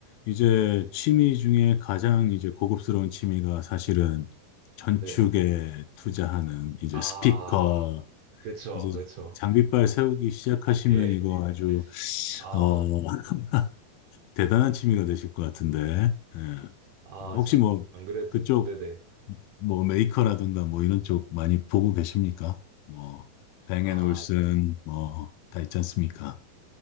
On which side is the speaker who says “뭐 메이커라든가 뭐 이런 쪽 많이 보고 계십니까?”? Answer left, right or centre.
Left